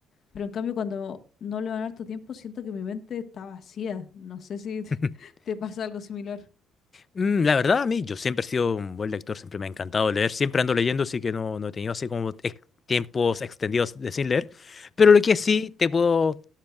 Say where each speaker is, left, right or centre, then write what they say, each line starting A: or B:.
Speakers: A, on the left; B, on the left.
A: Pero en cambio, cuando no leo en harto tiempo, siento que mi mente está vacía. No sé si te,
B: <laughs>
A: <laughs> te pasa algo similar.
B: Mm, La verdad, a mí, yo siempre he sido un buen lector, siempre me ha encantado leer, siempre ando leyendo, así que no, no he tenido así como ex- tiempos extendidos de sin leer, pero lo que sí te puedo